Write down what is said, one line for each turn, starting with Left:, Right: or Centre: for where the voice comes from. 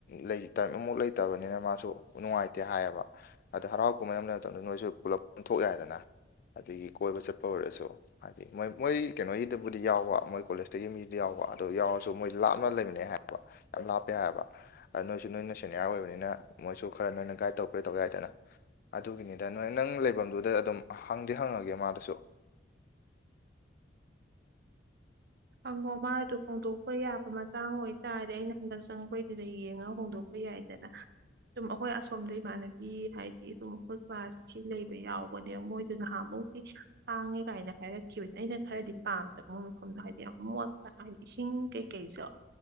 Left: ꯂꯩꯇ ꯑꯃꯨꯛ ꯂꯩꯇꯕꯅꯤꯅ ꯃꯥꯁꯨ ꯅꯨꯡꯉꯥꯏꯇꯦ ꯍꯥꯏꯌꯦꯕ ꯑꯗ ꯍꯔꯥꯎ ꯀꯨꯝꯍꯩ ꯑꯃ ꯂꯩ ꯃꯇꯝꯗ ꯅꯣꯏꯁꯨ ꯄꯨꯂꯞ ꯊꯣꯛ ꯌꯥꯏꯗꯅ ꯑꯗꯒꯤ ꯀꯣꯏꯕ ꯆꯠꯄ ꯑꯣꯏꯔꯁꯨ ꯍꯥꯏꯗꯤ ꯃꯣꯏ ꯃꯣꯏ ꯀꯩꯅꯣꯒꯤꯗꯕꯨꯗꯤ ꯌꯥꯎꯕ ꯃꯣꯏ ꯀꯣꯂꯦꯖꯇꯒꯤ ꯃꯤꯗꯤ ꯌꯥꯎꯕ ꯑꯗꯨ ꯌꯥꯎꯔꯁꯨ ꯃꯣꯏ ꯂꯥꯞꯅ ꯂꯩꯃꯤꯟꯅꯩ ꯍꯥꯏꯕ ꯌꯥꯝ ꯂꯥꯞꯄꯦ ꯍꯥꯏꯕ ꯑ ꯅꯣꯏꯁꯨ ꯅꯣꯏꯅ ꯁꯦꯅꯤꯌꯥꯔ ꯑꯣꯏꯕꯅꯤꯅ ꯃꯣꯏꯁꯨ ꯈꯔ ꯅꯣꯏꯅ ꯒꯥꯏꯗ ꯇꯧꯄꯤꯔ ꯇꯧ ꯌꯥꯏꯗꯅ ꯑꯗꯨꯒꯤꯅꯤꯗ ꯅꯣꯏ ꯅꯪ ꯂꯩꯕꯝꯗꯨꯗ ꯑꯗꯨꯝ ꯍꯪꯗꯤ ꯍꯪꯉꯒꯦ ꯃꯥꯗꯨꯁꯨ
Right: ꯍꯪꯉꯣ ꯃꯥꯗꯣ ꯍꯣꯡꯗꯣꯛꯄ ꯌꯥꯕ ꯃꯇꯥꯡ ꯑꯣꯏꯇꯥꯔꯗꯤ ꯑꯩꯅ ꯍꯟꯗꯛ ꯆꯪꯉꯛꯄꯩꯗꯨꯗ ꯌꯦꯡꯉꯒ ꯍꯣꯡꯗꯣꯛꯄ ꯌꯥꯏ ꯗ‌ꯦꯅꯥ ꯑꯗꯨꯝ ꯑꯈꯣꯏ ꯑꯁꯣꯝꯗ ꯏꯃꯥꯟꯅꯕꯤ ꯍꯥꯏꯗꯤ ꯑꯗꯨꯝ ꯑꯈꯣꯏ ꯀ꯭ꯂꯥꯁꯀꯤ ꯂꯩꯕ ꯌꯥꯎꯕꯅꯦ ꯃꯣꯏꯗꯨ ꯅꯍꯥꯟꯃꯨꯛ ꯇꯥꯡꯉꯦ ꯀꯥꯏꯅ ꯍꯥꯏꯔꯛꯈꯤꯕꯅ‌‌ꯦ ꯑꯩꯅ ꯈꯔꯗꯤ ꯄꯥꯝꯗꯕ ꯃꯣꯏ ꯃꯐꯝꯗꯣ ꯍꯥꯏ ꯌꯥꯝ ꯃꯣꯠꯄ ꯍꯥꯏꯗꯤ ꯏꯁꯤꯡ ꯀꯩꯀꯩꯁꯨ